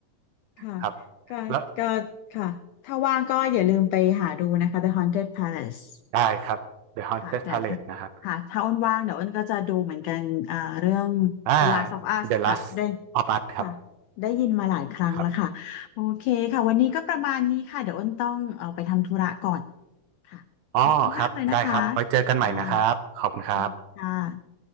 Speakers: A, on the left (about 85°); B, on the right (about 80°).
A: ค่ะ
B: ครับ
A: ก็ก็ค่ะถ้าว่างก็อย่าลืมไปหาดูนะคะ
B: แล้ว
A: The Haunted Palace
B: ได้ครับ The Haunted
A: ค่ะแต่ถ้าค่ะถ้าอ้นว่างเดี๋ยวอ้นก็จะดูเหมือนกันเอ่อเรื่อง
B: Palace นะครับอ่า
A: The Last of Us
B: The Last
A: ค่ะได้
B: of Us
A: ค่ะ
B: ครับ
A: ได้ยินมาหลายครั้งแล้วค่ะโอเคค่ะวันนี้ก็ประมาณนี้ค่ะเดี๋ยวอ้นต้องเอ่อไปทำธุระก่อน
B: ครับ
A: ค่ะขอบคุณมากเลยนะคะ
B: อ๋อครับได้ครับไว้เจอกันใหม่นะครับขอบคุณครับ
A: ค่ะยินดีค่ะ